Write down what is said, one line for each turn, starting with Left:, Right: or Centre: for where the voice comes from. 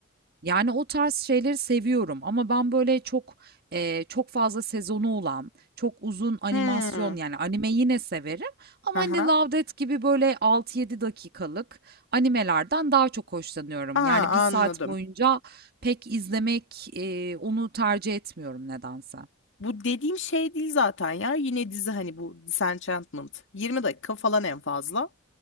Right: Yani o tarz şeyleri seviyorum ama ben böyle çok, eee, çok fazla sezonu olan, çok uzun animasyon
Left: Hmm.
Right: yani anime yine severim ama
Left: Aha.
Right: hani Love Death gibi böyle 6 yedi dakikalık animelerden daha çok hoşlanıyorum.
Left: Aa,
Right: Yani bir saat
Left: anladım.
Right: boyunca pek izlemek, eee, onu tercih etmiyorum nedense.
Left: Bu dediğim şey değil zaten ya. Yine dizi hani bu Disenchantment. 20 dakika falan en fazla.